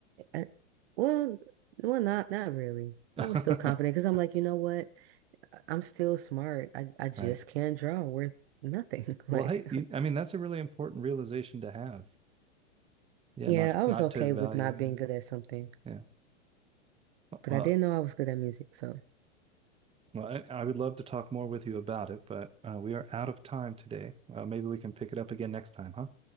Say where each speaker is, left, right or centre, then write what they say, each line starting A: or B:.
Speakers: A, on the right (about 55°); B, on the right (about 15°).
A: I- well, well, not not really.
B: <laughs>
A: I was still confident because I'm like, you know what? I- I'm still smart. I, I just
B: Right.
A: can't draw worth nothing. <laughs> Like,
B: Well, hey, you, I mean, that's a really important realization to have. Yeah,
A: <laughs> yeah,
B: not
A: I was
B: not
A: okay
B: to value.
A: with not being
B: Yeah.
A: good at something,
B: Yeah.
A: but
B: Well,
A: I didn't know I was good at music. So
B: well, I, I would love to talk more with you about it, but uh, we are out of time today. Uh, maybe we can pick it up again next time, huh?